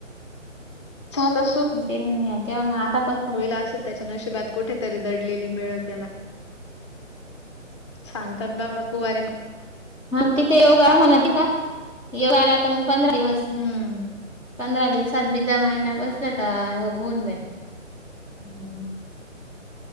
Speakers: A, on the left (about 20°); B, in the centre.
A: चालल
B: ते तेव्हा मग आता पस
A: असेल त्याच्या नशिबात कुठेतरी दडलेली मिळेल त्याला सांगतात बाबा कुवारे म
B: हा तिथे योगा म्हणाते का योगाला आता मग पंधरा दिवस
A: हम्म
B: पंधरा दिवसात बि दिवसात जमायला बसल तर होऊन जाईल.
A: हम्म.